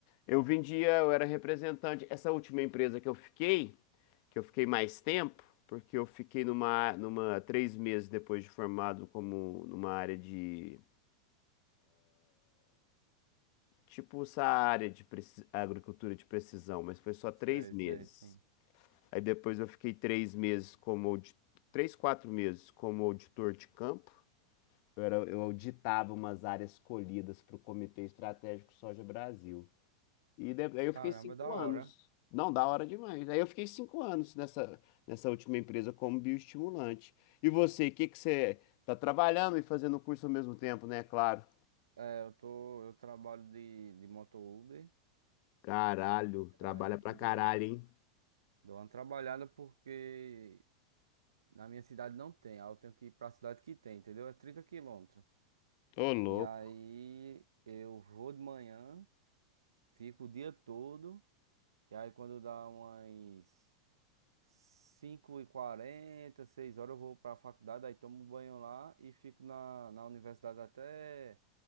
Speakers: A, on the left (about 55°); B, on the right (about 80°).
A: Eu vendia, eu era representante. Essa última empresa que eu fiquei, que eu fiquei mais tempo, porque eu fiquei numa, numa três meses depois de formado como numa área de, tipo essa área de preci- agricultura de precisão, mas foi só três
B: Sei,
A: meses.
B: sei, sim.
A: Aí depois eu fiquei três meses como, audi- três, quatro meses como auditor de campo. Eu, era, eu auditava umas áreas colhidas para o Comitê Estratégico Soja Brasil. E de- aí eu
B: Caramba,
A: fiquei cinco
B: da
A: anos.
B: hora.
A: Não, da hora demais. Aí eu fiquei cinco anos nessa, nessa última empresa como bioestimulante. E você, o que que você tá trabalhando e fazendo curso ao mesmo tempo, né? Claro.
B: É, eu tô, eu trabalho de, de moto Uber,
A: Caralho, trabalha
B: aí
A: pra caralho,
B: é,
A: hein?
B: dou uma trabalhada porque na minha cidade não tem, aí eu tenho que ir pra cidade que tem, entendeu? É 30 quilômetros.
A: Tô louco.
B: E aí eu vou de manhã, fico o dia todo, e aí quando dá umas cinco e quarenta seis horas eu vou pra faculdade, aí tomo um banho lá e fico na, na universidade até